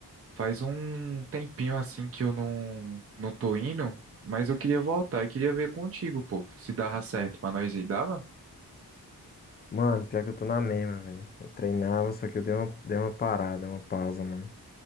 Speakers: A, on the right; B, on the left.
A: Faz um tempinho assim que eu não, não tô indo, mas eu queria voltar e queria ver contigo, pô, se dava certo pra nós aí. Dava?
B: Mano, pior que eu tô na mesma, velho. Eu treinava, só que eu dei uma, dei uma parada, uma pausa, mano.